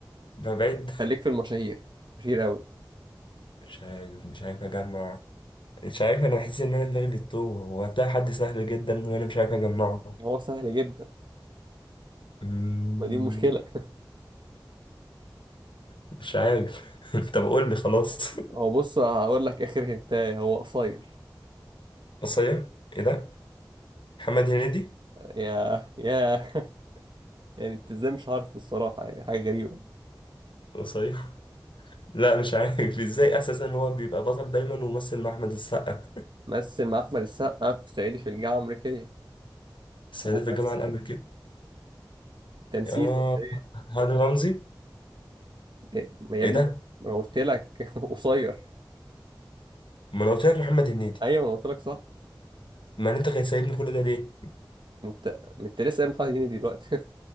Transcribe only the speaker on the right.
خليك في المشاهير مشاهير قوي
هو سهل جدا
ما دي مشكلة <laughs>
هو بص هقول لك اخر هنتايه هو قصير
يا يا <laughs> يعني انت ازاي مش عارفه الصراحة يعني حاجة غريبة
مثل مع أحمد السقا في صعيدي في الجامعة الأمريكية
ومثل
أنت نسيت
ولا إيه؟
إيه، ما يا
ابني
ما أنا قلت لك <laughs> قصير
أيوه ما أنا قلت لك صح
أنت أنت لسه قايل محمد هنيدي دلوقتي